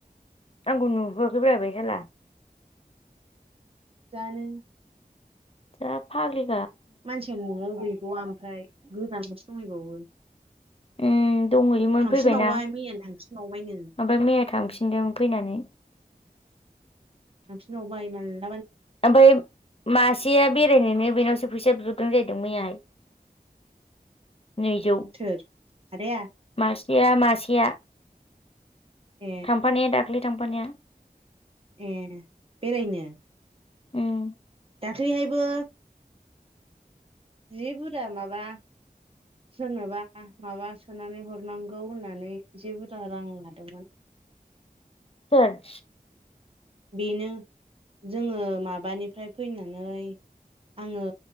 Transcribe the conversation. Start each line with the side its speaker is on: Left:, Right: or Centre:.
Left: आंखौ नुहोआखै ब्रा बे साला
Right: जानो
Left: जा फाग्लि
Right: मानसिआ न'आव गैबावा ओमफ्राय गोजानावसो दंहैबावो।
Left: उम । उम दंहैयोमोन
Right: थांफिनबावबाय
Left: फैबायना ओमफाय
Right: मैयानो थांफिनबावबायनो
Left: मैया थांफिनदों फैनानै । <inaudible>
Right: <unintelligible>
Left: ओमबाय मासेया बेरायनोनो बेनावस फैसा बिहरदों जाहैदों मैयाय । नैजौ
Right: सोर आदाया
Left: मासेया मासेया
Right: ए
Left: थांफानाया दाखलै थांफानाया ।
Right: ए बेरायनो ।
Left: उम ।
Right: दाख्लैहायबो जि बुरजा माबा सोरनोबा आ माबा सोनानै हरनांगौ होननानै जि बुरजा रां लादोंमोन ।
Left: सोर?
Right: बेनो जोङो माबानिफ्राय फैनानै आङो